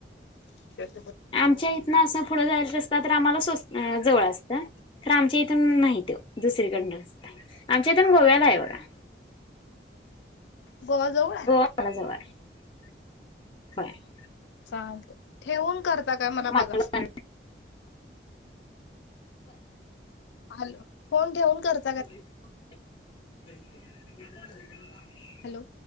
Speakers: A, on the left; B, on the left.
A: <unintelligible>
B: आमच्या इथनं असं पुढं जायच रस्ता, तर आम्हाला सो जवळ असत, तर आमच्या इथून नाहीत्यो दुसरीकडन. आमच्या इथून गोव्याला आहे बघा.
A: गोवा जवळ आहे?
B: <unintelligible>
A: चालत. ठेवून करता काय मला
B: मालवण
A: बघा? हॅलो, फोन ठेवून करत
B: <unintelligible>
A: हॅलो.